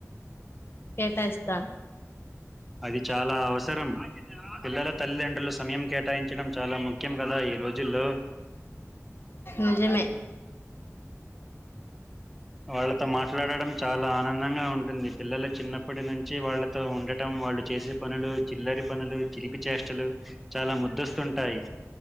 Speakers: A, on the left; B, in the centre.
A: కేటా ఇస్త
B: అది చాలా అవసరం పిల్లల తల్లిదండ్రులు సమయం కేటాయించి ఇడం చాలా ముఖ్యం కదా ఈ రోజుల్లో
A: నిజమే
B: వాళ్ళతో మాట్లాడడం చాలా ఆనందంగా ఉంటుంది పిల్లలు చిన్నప్పటి నుంచి వ వాళ్ళతో ఉండటం వాళ్ళు చేసే పనులు చిల్లరి పనులు చిలిపి చేష్టలు చాలా ముద్దస్తుంటాయి